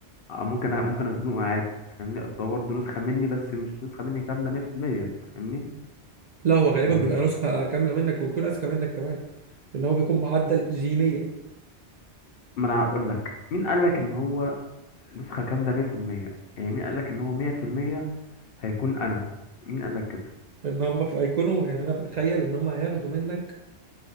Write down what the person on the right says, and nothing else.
لا هو غالبا
بيبقى نسخة كاملة منك ويكون اذكى منك كمان لان هو بيكون معدل جينيا
ان هم في هيكونوا يعني انا بتخيل ان هم هياخدوا منك